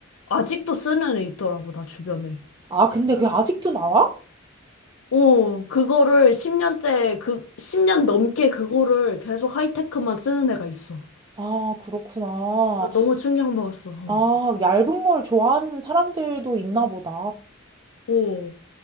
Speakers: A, on the left (about 85°); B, on the right (about 20°).
A: 아직도 쓰는 애 있더라고, 나 주변에.
B: 아, 근데 그게 아직도 나와?
A: 어, 그거를 10년째, 그, 10년 넘게 그거를 계속 하이테크만 쓰는 애가 있어.
B: 아, 그렇구나.
A: 나 너무 충격 먹었어. 어,
B: 아, 얇은 걸 좋아하는 사람들도 있나 보다.
A: 어,